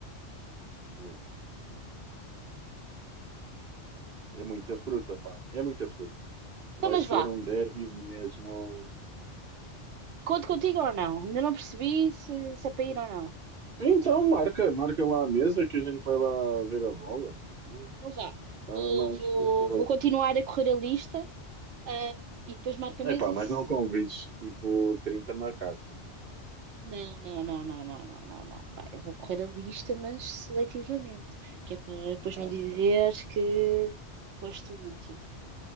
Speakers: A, on the right; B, on the right.
A: yeah. É muita fruta, pá. É muita fruta. Vai
B: Então, mas
A: ser
B: vá.
A: um derby mesmo.
B: Conto contigo ou não? Ainda não percebi se, se é para ir ou não.
A: Então, marca, marca lá a mesa que a gente vai lá ver a bola. Então,
B: Não vá.
A: Está
B: Vou,
A: mais
B: vou,
A: marcada.
B: vou continuar a correr a lista, ah, e depois marco a
A: Epá,
B: mesa.
A: mas
B: se-
A: não convides tipo 30 macacos.
B: Não, não, não, não, não, não, não, não. Ah, Eu vou correr a lista, mas seletivamente, que é para depois
A: Ah,
B: não dizeres
A: tá bem.
B: que foste o último.